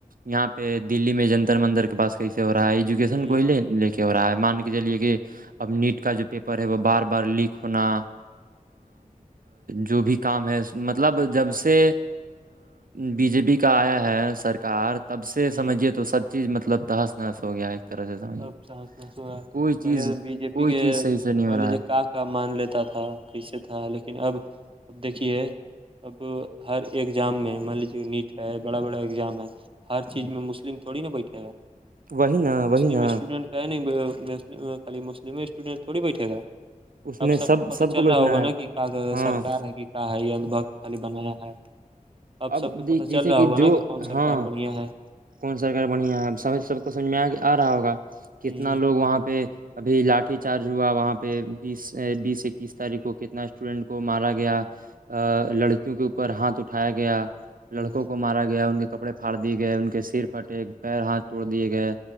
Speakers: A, on the right; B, on the right.
A: یہاں پہ دلی میں جنتر مندر کے پاس کیسے ہو رہا ہے
B: ہ
A: کوے لے کے ہو رہا ہے مان کے چلیے کہ اب نیٹ کا جو پپر پر ہے وہ بار بار لیک ہونا جو بھی کام ہے مطلب جب سے بی جے پی کا آیا ہے سرکار تب سے سمجھیے
B: ہ
A: تو سب چیز مطلب تحس نہحس ہو گیا ہے طرح سے سمجھیے
B: اچھا
A: تو
B: اچھا تو
A: کوئی چیز
B: پہلے تو بی جے پی
A: کوئی
B: کے
A: چیز صحیح سے نہیں
B: مان
A: ہو رہا
B: لیجیے
A: ہے
B: کاف کا مان لیتا تھا کیسے تھا لیکن اب اب دیکھیے اب ہر ایگزام میں مان لیجیے نیٹ ہے بڑا بڑا ایگزام ہے ہر چیز میں مسلم تھوڑی نا بیٹھے گا
A: وہی نا وہی
B: مسلم
A: نا
B: اسٹوڈنٹ کا ہے نہیں خالی مسلمم اسٹوڈینٹ تھوڑی بیٹھے گا
A: اس
B: اب
A: میں
B: سب کو پتا چل
A: بیٹھنا
B: رہا ہوگا
A: ہے
B: نا کہ
A: ہاں
B: سرک ہے کہ کیا ہے یہ ان بھکت خالی بنایا ہے
A: اب
B: سب کو پتہ
A: جیسے
B: چل رہا
A: کہ
B: ہوگا
A: جو
B: نا کون سرکار
A: ہاں
B: بڑھیا ہے
A: کون سرک بڑھیا ہے سب سب کو سمجھ میں آ رہا ہوگا کتنا
B: ہ
A: لوگ وہاں پہ ابھی لاٹھی چارج ہوا وہاں پہ بیس بیس اکیس تاریخ کو کتنا اسٹوڈینٹ کو مارا گیا ا لڑکیوں کے اوپر ہاتھ اٹھایا گیا
B: ہ
A: لڑکوں کو مارا گیا ان کے کپڑے پھاڑ دیے گئے ان کے سر پھٹے پیر ہاتھ توڑ دیے گئے